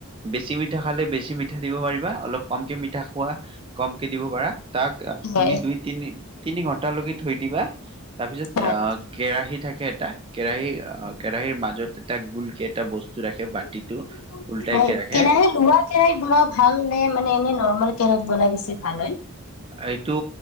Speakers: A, on the right; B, on the left.
A: বেছি মিঠা খালে বেছি মিঠা দিব পাৰিবা অলপ কমকৈ মিঠা খোৱা কমকৈ দিব পাৰা। তাক
B: হয়।
A: তুমি দুই তিনি তিনি ঘন্টা লৈকে থৈ দিবা। তাৰপিছত
B: হয়।
A: অ
B: ঠিক।
A: কেৰাহী থাকে এটা কেৰাহী অ কেৰাহীৰ মাজত এটা গোলকে এটা বস্তু
B: হয়
A: ৰাখে বাতিটো উল্টাইকে ৰাখে
B: কেৰাহী লোৱা কেৰাহিতত বনও ভাল নে মানে এনে নৰ্মেল তহঁত গ'লে বেছি ভাল হয়
A: এইটো